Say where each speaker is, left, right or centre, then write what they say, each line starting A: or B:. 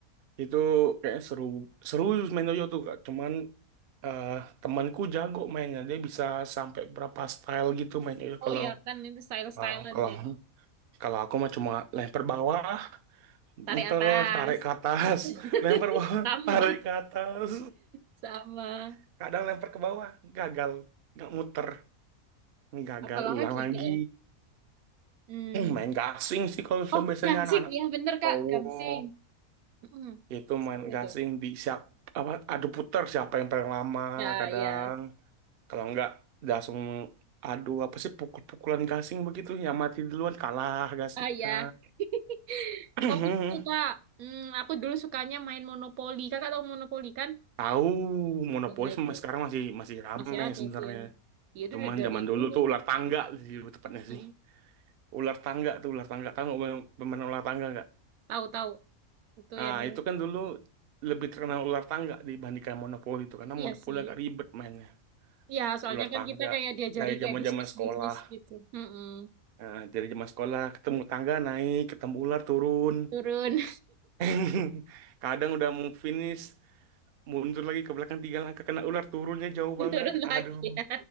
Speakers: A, on the right; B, on the right.
A: Itu kayak seru, seru main yoyo tuh, Kak. Cuman eh, temanku jago mainnya. Dia bisa sampai berapa style gitu main yoyo.
B: Oh
A: Kalau
B: ya kan itu style-stylean
A: eh, kalau
B: ya.
A: kalau aku mah cuma lempar bawah,
B: Tarik
A: muter,
B: atas.
A: tarik ke atas,
B: <laughs>
A: <laughs> lempar bawah,
B: Sama.
A: tarik ke atas.
B: Sama.
A: <laughs> kadang lempar ke bawah gagal nggak muter gagal
B: Apalagi
A: ulang lagi
B: kak ya? Hmm.
A: Eh, main gasing sih kalau misalnya
B: Oh,
A: biasanya
B: gangsing.
A: anak-anak
B: Ya bener kak,
A: cowok
B: gangsing. Hmm.
A: itu
B: Seru
A: main gasing
B: tuh.
A: di siap apa adu puter siapa yang paling lama
B: Ya,
A: kadang
B: ya.
A: kalau nggak langsung adu apa sih pukul-pukulan gasing begitu yang mati duluan kalah gasingnya
B: Ah ya. <laughs>
A: <clears throat>
B: Oh itu kak, hmm, aku dulu sukanya main monopoli. Kakak tahu monopoli kan?
A: tahu monopoli
B: Ya itu
A: sama sekarang masih masih rame
B: masih ada
A: sebenarnya
B: sih yang. Ya itu
A: cuman
B: udah dari
A: zaman dulu
B: dulu.
A: tuh ular tangga sih tepatnya
B: Mm-mm.
A: sih ular tangga tuh ular tangga tahu nggak pemain pemain ular tangga
B: Tahu tahu itu
A: Nah,
B: yang
A: itu kan dulu lebih terkenal ular tangga dibandingkan monopoli itu karena
B: iya
A: monopoli
B: sih.
A: agak ribet mainnya.
B: iya soalnya
A: Ular
B: kan
A: tangga
B: kita kayak diajari
A: dari
B: kayak
A: zaman-zaman
B: bisnis
A: sekolah.
B: bisnis gitu. Mm-mm.
A: Nah, dari zaman sekolah ketemu tangga naik, ketemu ular turun.
B: Turun
A: <laughs> Kadang udah mau finish, mundur lagi ke belakang tiga langkah kena ular turunnya jauh
B: <laughs>
A: banget.
B: turun
A: Aduh.
B: lagi ya.